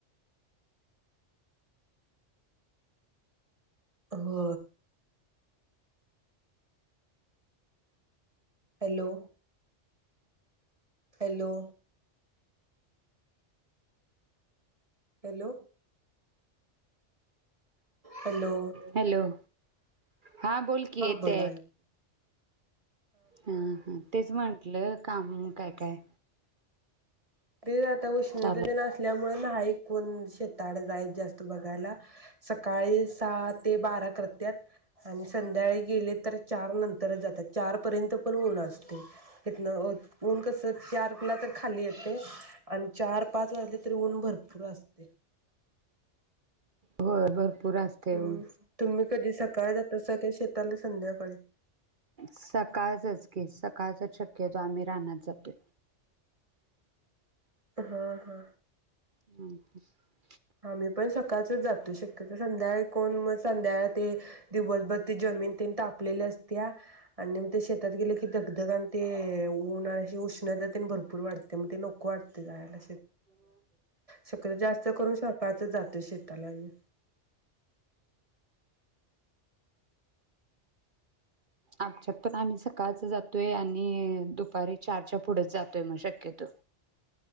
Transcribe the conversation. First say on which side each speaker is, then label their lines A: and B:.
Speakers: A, on the right (about 30°); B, on the right (about 45°).
A: हो hello hello hello hello
B: hello हा बोल कि येत
A: बोला ऐक
B: हा हा तेच मत कलं काम काय काय
A: तेच आाता उष्णता
B: चालू
A: तेन असल्यामुळे मून शेताड जाय जास्त बघायला सकाळी सहा ते बारा करत्यात आणि संध्याळी गेले तर चार नंतरच जातात चारपर्यंत पण ऊन असतय तिथन उ ऊन कसं चार कुला तर खाली येत आणि चार पाच वाजले तरी ऊन भरपूर असते.
B: हो भरपूर असतय
A: हम
B: ऊन
A: तुम्ही कधी सकाळी जात्यासा काय शेत संध्याकाळी
B: सकाळचच की, सकाळचा शक्यतो आम्ही रानात जातो
A: हा हा
B: ह
A: हा मी पण सकाळचच जातो शकत्योतर संध्याकाळी कोण मग संध्या ते दिवसभर त जमीन तेन तापलेली असततीया आणि निम ते शेत कधी गेले की धगधग आणि ते ते उन्हा अशी उष्ण जात भरपूर वाटते मग ते नको वाटते जायला संध्याकाळी शक्यतो जातो शेतालाआणि
B: आमच्यात पण आम्ही सकाळच जातोय आणि दुपारी चारच्या पुढेच जातो. न शक्यतो